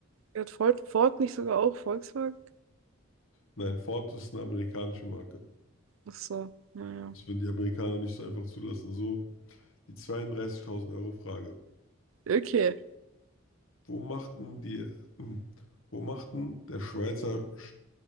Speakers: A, on the right (about 80°); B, on the left (about 80°).
A: Gehört Ford, Ford nicht sogar auch Volkswagen?
B: Nein, Ford ist eine amerikanische Marke.
A: Ach so, naja.
B: Das würden die Amerikaner nicht so einfach zulassen. So, die zweiunddreißigtausend Euro Frage.
A: Okay.
B: Wo machten die, hm, wo machten der Schweizer Sch-